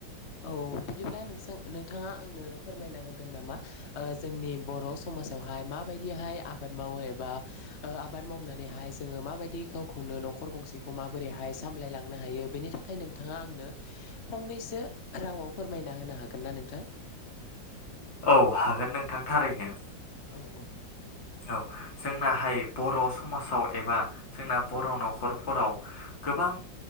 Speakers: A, on the left; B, on the left.
A: औ बिदिब्ला नोंसां नोंथाङा आंनो फोरमायना होगोन नामा जोंनि बर' स समाजावहाय माबायदिहाय आबाद मावो एबा ओ आबाद मावनानैहाय जोंङो माबायदि गावखौनो नखर गंसेखौ माबोरैहाय सामलायलांनो हायो बेनि थाखाय नोंथाङा आंनो फंनैसो रावाव फोरमायना होनो हागोन ना नोंथां
B: औ हागोन नोंथां थारैनो
A: औ औ
B: औ जोंनाहाय बर' समाजाव एबा जोंना बर' न'खरफोराव गोबां